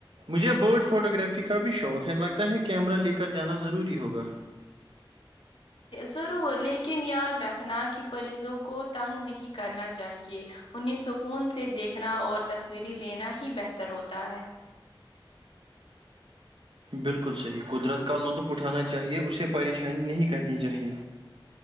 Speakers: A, on the right; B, on the left.
A: مجھے برڈ فوٹوگرافی کا بھی شوق ہے لگتا ہے کیمرہ لے کر جانا ضروری ہوگا
B: ضرور لیکن یاد رکھنا کہ پرندوں کو تنگ نہیں کرنا چاہیے انہیں سکون سے دیکھنا اور تصورییں لینا ہی بہتر ہوتا ہے
A: بالکل صحیح قدرت کا لطف اٹھانا چاہیے اسے پریشانی نہیں کرنی چاہیے